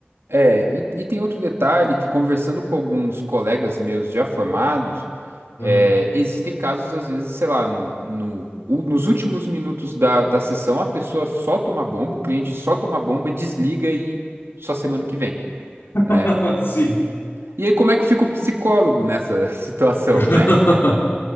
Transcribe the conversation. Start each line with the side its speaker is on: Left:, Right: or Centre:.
Right: É, e, e tem outro detalhe que conversando com alguns colegas meus já formados,
Left: Aham.
Right: é, existem casos, às vezes, sei lá, no, no- u- nos últimos minutos da, da sessão, a pessoa solta uma bomba, o cliente solta uma bomba, desliga e só semana que vem,
Left: <laughs>
Right: né?
Left: Sim.
Right: E aí, como é que fica o psicólogo nessa <laughs> situação,
Left: <laughs>
Right: né?